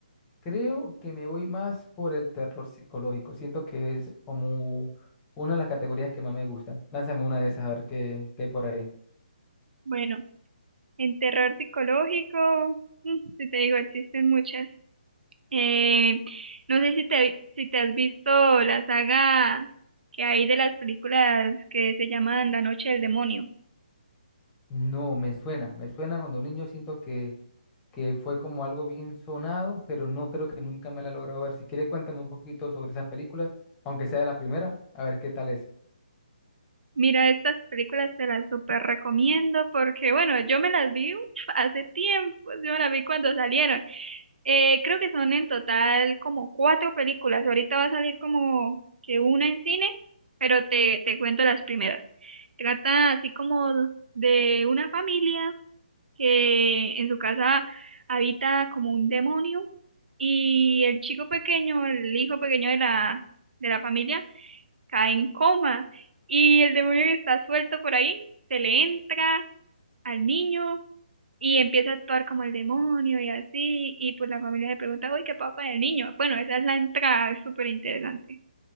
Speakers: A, on the left; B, on the right.
A: creo que me voy más por el terror psicológico. Siento que es como una de las categorías que más me gusta. Lánzame una de esas a ver qué, qué hay por ahí.
B: Bueno, en terror psicológico, mm, si te digo, existen muchas. Eh, no sé si te, si te has visto la saga que hay de las películas que se llaman La Noche del Demonio.
A: No, me suena, me suena cuando niño siento que que fue como algo bien sonado, pero no creo que nunca me la he logrado ver. Si quiere, cuéntame un poquito sobre esas películas, aunque sea la primera, a ver qué tal es.
B: Mira, estas películas te las súper recomiendo porque, bueno, yo me las vi uf, hace tiempo, yo me las vi cuando salieron. Eh, creo que son en total como cuatro películas. Ahorita va a salir como que una en cine, pero te, te cuento las primeras. Trata así como de una familia que en su casa habita como un demonio y el chico pequeño, el hijo pequeño de la, de la familia, cae en coma y el demonio que está suelto por ahí se le entra al niño y empieza a actuar como el demonio y así y pues la familia se pregunta, uy, ¿qué pasa con el niño? Bueno, esa es la entrada, es súper interesante.